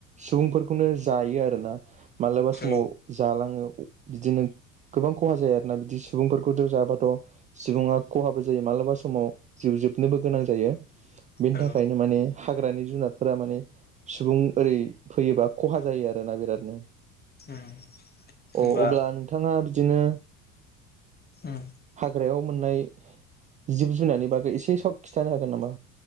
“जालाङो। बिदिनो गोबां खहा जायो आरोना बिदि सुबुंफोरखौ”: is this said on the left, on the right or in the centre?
Right